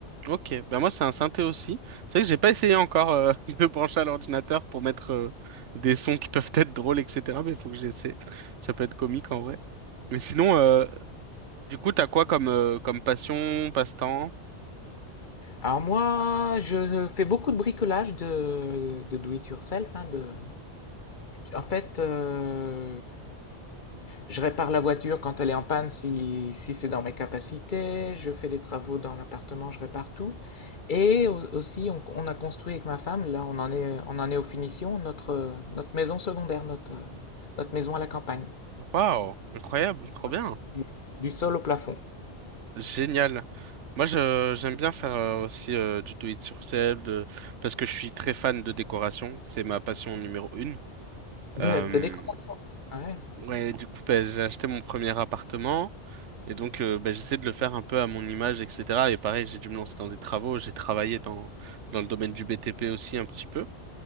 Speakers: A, on the right (about 85°); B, on the left (about 45°).
A: Ok, ben moi c'est un synthé aussi. C'est vrai que j'ai pas essayé encore euh, <laughs> de me brancher à l'ordinateur pour mettre euh, des sons qui peuvent être drôles, etc. Mais il faut que j'essaie. Ça peut être comique en vrai. Mais sinon, euh, du coup, t'as quoi comme euh, comme passion, passe-temps?
B: Alors moi, je fais beaucoup de bricolage de, de do it yourself, hein, de... En fait, euh, Je répare la voiture quand elle est en panne si, si c'est dans mes capacités. Je fais des travaux dans l'appartement, je répare tout. Et aussi, on, on a construit avec ma femme, là on en est, on en est aux finitions, notre, euh, notre maison secondaire, notre, euh, notre maison à la campagne.
A: Waouh, incroyable, trop
B: Ouais.
A: bien.
B: Du, du sol au plafond.
A: Génial. Moi, je, j'aime bien faire euh, aussi euh, du do it yourself de- parce que je suis très fan de décoration. C'est ma passion numéro une.
B: De,
A: Euh,
B: de décoration. Ah Ouais.
A: ouais, du coup, bah, j'ai acheté mon premier appartement et donc euh, bah, j'essaie de le faire un peu à mon image, etc. Et pareil, j'ai dû me lancer dans des travaux. J'ai travaillé dans, dans le domaine du BTP aussi un petit peu.